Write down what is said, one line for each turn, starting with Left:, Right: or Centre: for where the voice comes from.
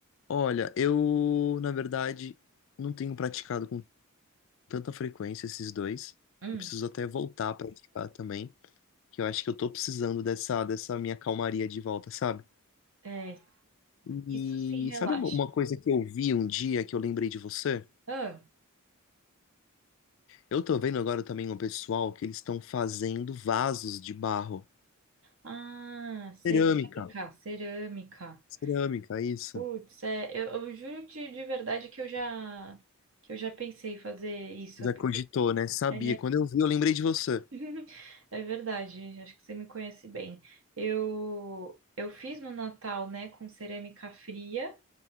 Left: Olha, eu, na verdade, não tenho praticado com tanta frequência esses dois.
Right: Hum,
Left: Eu preciso até voltar a praticar também, que eu acho que eu tô precisando dessa, dessa minha calmaria de volta, sabe?
Right: é,
Left: E
Right: isso sim relaxa.
Left: sabe uma uma coisa que eu vi um dia que eu lembrei de você?
Right: Ah,
Left: Eu tô vendo agora também um pessoal que eles estão fazendo vasos de barro.
Right: ah, cerâmica,
Left: Cerâmica.
Right: cerâmica.
Left: Cerâmica, isso.
Right: Putz, é, eu, eu juro de, de verdade que eu já que eu já pensei em fazer isso,
Left: Já
Right: porque
Left: cogitou, né? Sabia.
Right: é,
Left: Quando eu vi, eu lembrei de você.
Right: <laughs> é verdade, acho que você me conhece bem. Eu eu fiz no Natal, né, com cerâmica fria,